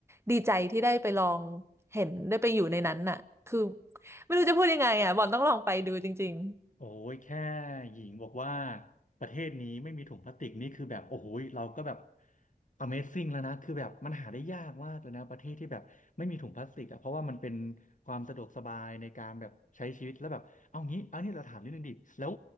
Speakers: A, on the right; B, on the left.
A: ดีใจที่ได้ไปลองเห็นได้ไปอยู่ในนั้นน่ะคือไม่รู้จะพูดยังไงอะบอลต้องลองไปดูจริง
B: โอ้ยแค่หญิงบอกว่าประเทศนี้ไม่มีถุงพลาสติกนี่คือแบบโอ้โหยเราก็แบบ Amazing แล้วนะคือแบบมันหาได้ยากมากเลยนะประเทศที่แบบไม่มีถุงพลาสติกอ่ะเพราะว่ามันเป็นความสะดวกสบายในการแบบใช้ชีวิตแล้วแบบเอางี้เอานี่เราถามนิดนึงดิแล้ว